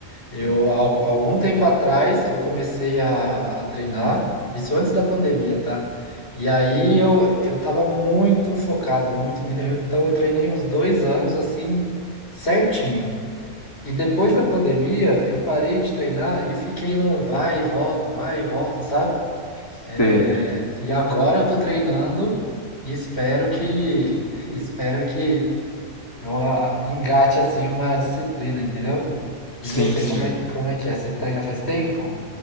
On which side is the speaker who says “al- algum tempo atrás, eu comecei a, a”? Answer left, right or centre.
Left